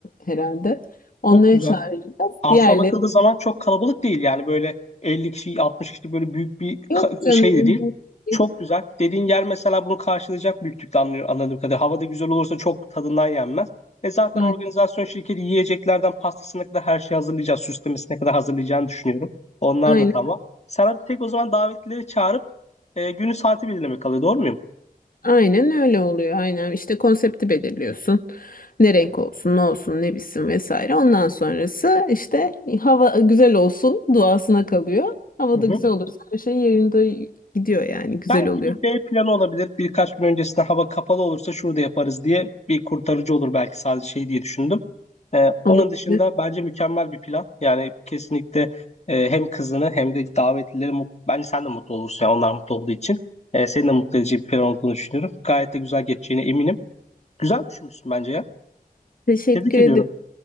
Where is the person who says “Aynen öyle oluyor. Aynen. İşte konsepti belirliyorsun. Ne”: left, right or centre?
Left